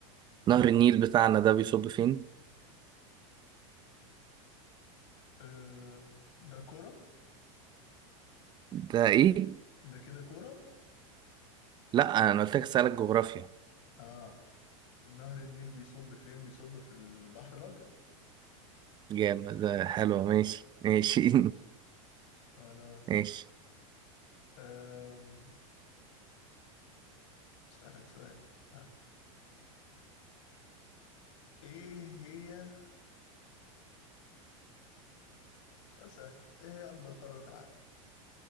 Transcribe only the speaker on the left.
آه، ده كرة
ده كده كرة
اه نهر النيل بيصب فين بيصب في البحر الأبيض
خلاص
أم، أسألك سؤال ها إيه هي سؤال سهل إيه هي أكبر قارة في العالم